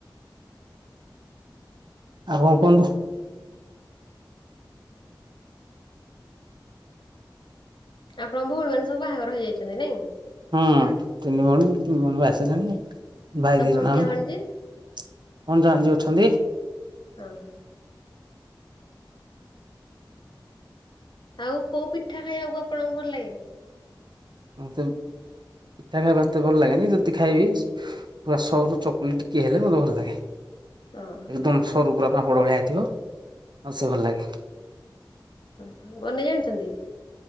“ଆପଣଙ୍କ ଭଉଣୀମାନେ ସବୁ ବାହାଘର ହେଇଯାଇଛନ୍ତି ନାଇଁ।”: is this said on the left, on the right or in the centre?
Left